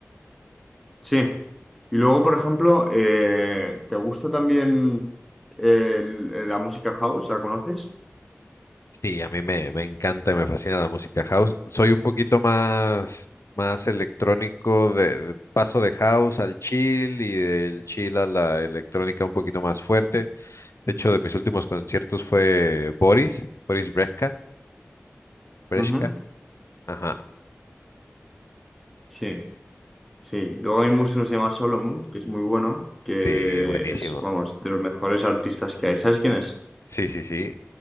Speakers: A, in the centre; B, on the left (about 80°).
A: Sí. Y luego, por ejemplo, eh, ¿te gusta también el- eh, la música house? ¿La conoces?
B: Sí, a mí me, me encanta y me fascina la música house. Soy un poquito más, más electrónico, de, de- paso de house al chill y del chill a la electrónica un poquito más fuerte. De hecho, de mis últimos conciertos fue Boris, Boris Brejcha, Brejcha.
A: Ujú.
B: Ajá,
A: Sí, sí. Luego hay un músico que se llama Solomon, que es muy bueno, que
B: sí, buenísimo.
A: es, vamos, de los mejores artistas que hay. ¿Sabes quién es?
B: Sí, sí, sí.